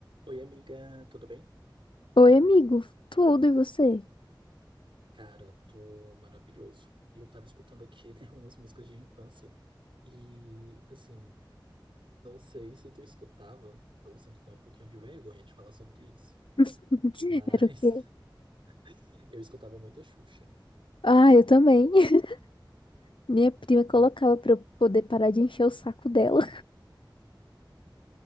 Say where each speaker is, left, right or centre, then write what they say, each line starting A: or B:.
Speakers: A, on the right; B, on the left.
A: Oi, amiga, tudo bem?
B: Oi, amigo. Tudo e você?
A: Cara, tô maravilhoso. E eu tava escutando aqui, né, <laughs> umas músicas de infância. E, assim, não sei se tu escutava, eu sinto até um pouquinho de vergonha de falar sobre isso,
B: <laughs>
A: mas
B: Era o quê?
A: <laughs> eu escutava muita Xuxa.
B: Ah, eu também. <laughs> Minha prima colocava
A: Não.
B: pra eu poder parar de encher o saco dela.